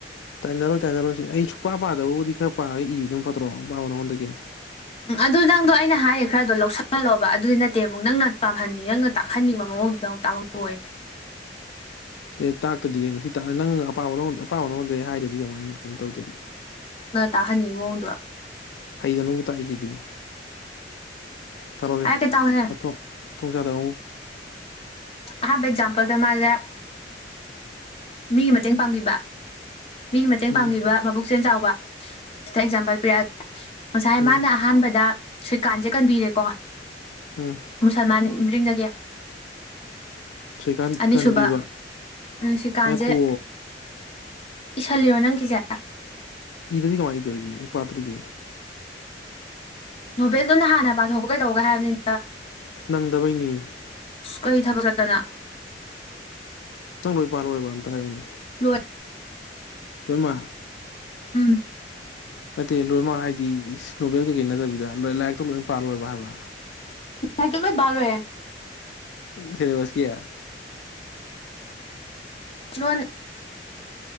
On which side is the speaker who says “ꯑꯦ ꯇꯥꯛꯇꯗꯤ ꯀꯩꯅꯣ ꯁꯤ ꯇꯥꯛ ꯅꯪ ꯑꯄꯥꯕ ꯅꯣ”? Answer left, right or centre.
Left